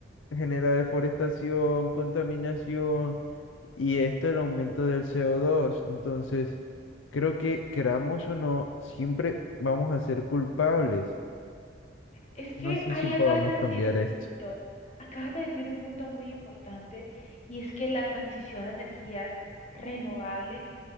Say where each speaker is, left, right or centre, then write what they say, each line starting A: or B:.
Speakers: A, on the left; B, on the left.
A: genera deforestación, contaminación y esto el aumento del CO2. Entonces, creo que queramos o no, siempre vamos a ser culpables.
B: Es que
A: No sé
B: ahí
A: si podamos
B: acabas de decir
A: cambiar
B: un
A: esto.
B: punto, acabas de decir un punto muy importante y es que la transición a energías renovables